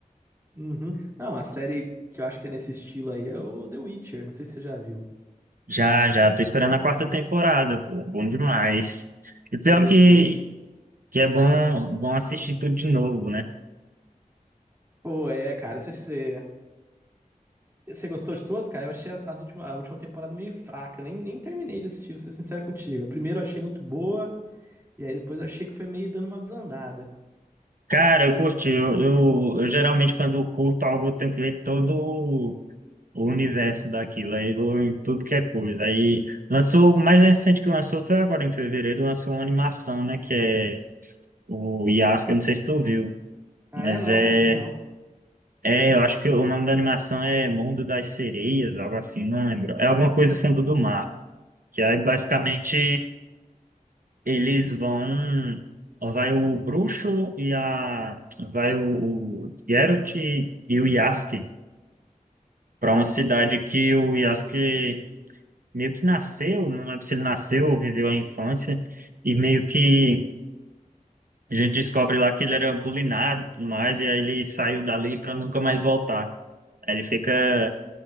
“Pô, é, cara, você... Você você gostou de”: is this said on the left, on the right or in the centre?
Right